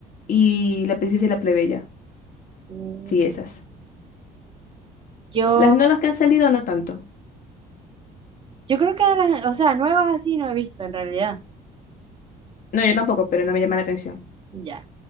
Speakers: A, on the left (about 55°); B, on the right (about 30°).
A: Y la princesa y la plebeya.
B: Mm,
A: Sí, esas.
B: Yo,
A: Las nuevas que han salido, no tanto.
B: yo creo que de las, o sea, nuevas así no he visto en realidad.
A: No, yo tampoco, pero no me llama la atención.
B: Ya.